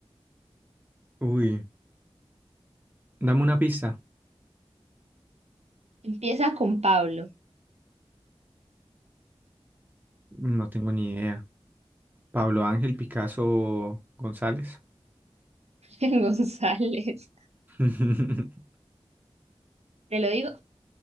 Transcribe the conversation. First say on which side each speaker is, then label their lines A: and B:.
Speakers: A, on the right; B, on the right.
A: Uy, dame una pista.
B: Empieza con Pablo
A: No tengo ni idea. Pablo Ángel Picasso González.
B: <laughs> González.
A: <laughs>
B: Te lo digo,